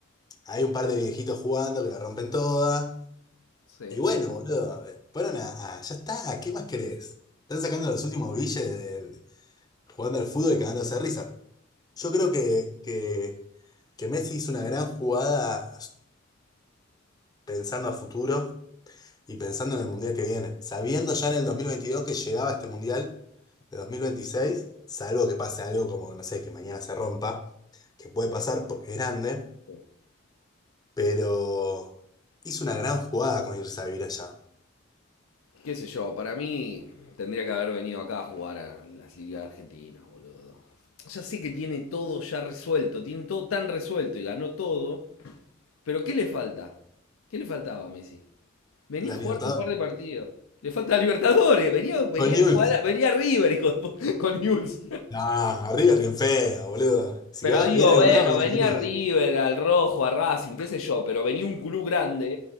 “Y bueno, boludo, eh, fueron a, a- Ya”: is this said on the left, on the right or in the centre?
Left